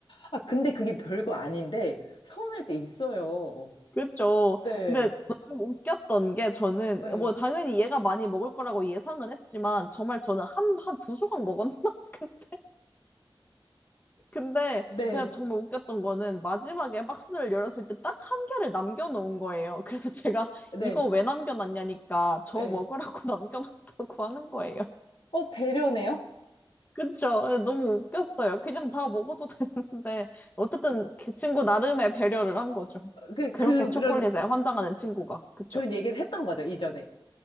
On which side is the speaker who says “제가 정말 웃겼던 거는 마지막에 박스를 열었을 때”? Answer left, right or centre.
Left